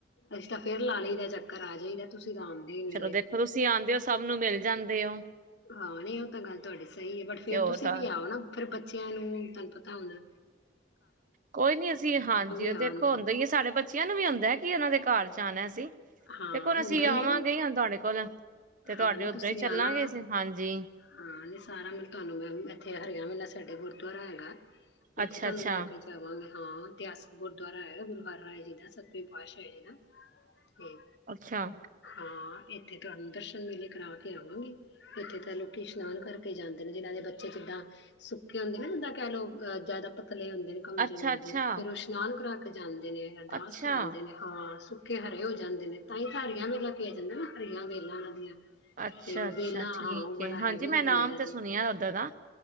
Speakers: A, on the left; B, on the right.
A: ਅਸੀਂ ਤਾਂ ਫੇਰ ਲਾ ਲਈਦਾ ਚੱਕਰ ਆ ਜਾਈਦਾ ਤੁਸੀਂ ਤਾਂ ਆਉਂਦੇ ਹੀ ਨੀ
B: ਚਲੋ
A: ਗੇ
B: ਦੇਖੋ ਤੁਸੀਂ ਆਉਂਦੇ ਹੋ ਸਭ ਨੂੰ ਮਿਲ ਜਾਂਦੇ <unintelligible>
A: ਹਾਂ ਨਹੀਂ ਉਹ ਤਾਂ ਗੱਲ ਤੁਹਾਡੀ ਸਹੀ ਹੈ ਬਟ ਫੇਰ
B: ਤੇ ਹੋਰ
A: ਤੁਸੀਂ
B: ਤਾਂ
A: ਵੀ ਆਓ ਨਾ ਫਿਰ ਬੱਚਿਆਂ ਨੂੰ ਤੁਹਾਨੂੰ ਪਤਾ ਹੁੰਦਾ
B: ਕੋਈ ਨੀ ਅਸੀਂ ਹਾਂਜੀ ਉਹ
A: ਆਉਣ
B: ਦੇਖੋ ਹੁੰਦਾ ਹੀਏ ਸਾਡੇ ਬੱਚਿਆਂ ਨੂੰ ਵੀ ਆਉਂਦਾ ਕੀ ਉਹਨਾਂ ਦੇ ਘਰ ਚ ਆਉਣਾ ਸੀ
A: ਹਾਂ
B: ਦੇਖੋਣ
A: ਹੁੰਦਾ
B: ਅਸੀਂ
A: ਹੀ
B: ਆਵਾਂਗੇ
A: ਹੈ
B: ਤੁਹਾਡੇ ਕੋਲ ਤੇ ਤੁਹਾਡੇ
A: ਹਾਂ ਨੀ
B: ਉੱਧਰ
A: ਤੁਸੀਂ
B: ਹੀ ਚੱਲਾਂਗੇ
A: ਆਣਾ
B: ਅਸੀਂ ਹਾਂਜੀ
A: ਹਾਂ ਨੀ ਸਾਰਾ ਮ ਤੁਹਾਨੂੰ ਮੈਂ ਇੱਥੇ ਹਰਿਆਣਾ ਮਿਲ ਸਾਡੇ ਗੁਰਦੁਆਰਾ ਹੈਗਾ ਉੱਥੇ
B: ਅੱਛਾ
A: ਤੁਹਾਨੂੰ
B: ਅੱਛਾ
A: ਲੈ ਕੇ ਜਾਵਾਂਗੇ ਹਾਂ ਇਤਿਹਾਸਿਕ ਗੁਰਦੁਆਰਾ ਹੈਗਾ ਗੁਰਦੁਆਰਾ ਰਾਏ ਜੀ ਦਾ ਸਤਵੇੀਂ ਪਾਤਸ਼ਾਹ ਹੈ ਜੀ ਦਾ ਤੇ
B: ਅੱਛਾ
A: ਹਾਂ ਇੱਥੇ ਤੁਹਾਨੂੰ ਮੇਲੇ ਕਰਾ ਕੇ ਆਵਾਂਗੇ ਇੱਥੇ ਤਾਂ ਲੋਕੀ ਇਸ਼ਨਾਨ ਕਰਕੇ ਜਾਂਦੇ ਨੇ ਜਿਹਨਾਂ ਦੇ ਬੱਚੇ ਜਿੱਦਾਂ ਸੁੱਕੇ ਹੁੰਦੇ ਨਾ ਜਿੱਦਾਂ ਕਹਿ ਲਓ ਅ ਜ਼ਿਆਦਾ ਪਤਲੇ ਹੁੰਦੇ ਨੇ ਕਮਜ਼ੋਰ
B: ਅੱਛਾ ਅੱਛਾ
A: ਦੇ ਫਿਰ ਉਹ ਇਸ਼ਨਾਨ ਜਾਂਦਾ ਨੇ ਅਰਦਾਸ
B: ਅੱਛਾ
A: ਕਰਾਉਂਦੇ ਨੇ ਹਾਂ ਹਰੇ ਹੋ ਜਾਂਦੇ ਨੇ ਤਾਂਹੀ ਤਾਂ ਹਰੀਆਂ ਵੇਲਾ ਕੇ ਆ ਜਾਂਦਾ ਨਾ ਹਰੀਆਂ ਵੇਲਾਂ <unintelligible>
B: ਅੱਛਾ
A: ਤੇ ਉਹ
B: ਅੱਛਾ
A: ਵੇਲਾ
B: ਠੀਕ
A: ਹਾਂ ਉਹ ਵਾਲਾਂ
B: ਹੈ
A: ਹੈਗੀਆਂ
B: ਹਾਂਜੀ ਮੈਂ
A: ਬਣੀਆਂ
B: ਨਾਮ ਤੇ
A: ਜ
B: ਸੁਣਿਆ ਉੱਧਰ ਦਾ